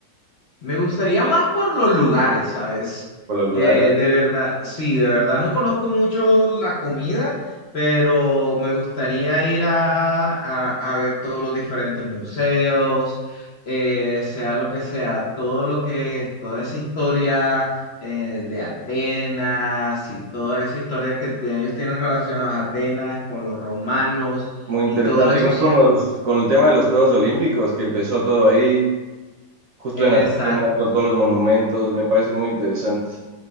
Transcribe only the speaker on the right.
por los lugares?
Muy
interesante.
Igual
con los, con el tema de los Juegos Olímpicos, que empezó todo ahí, justo
en Atenas, con todos los monumentos, me parece muy interesante.